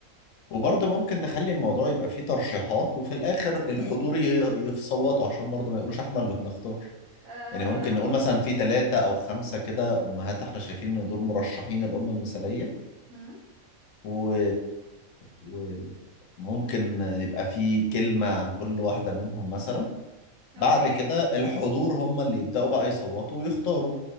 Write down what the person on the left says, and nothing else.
وبرضه ممكن نخلي الموضوع يبقى فيه ترشيحات وفي الآخر الحضور ي- يصوتوا عشان برضه ما يقولوش احنا اللي بنختار
يعني ممكن نقول مثلا في ثلاثة أو خمسة كده أمهات احنا شايفين إن دول مرشحين الأم المثالية
و... و... ممكن يبقى في كلمة عن كل واحدة منهم مثلا
بعد كده الحضور هم اللي يبدأوا بقى يصوتوا ويختاروا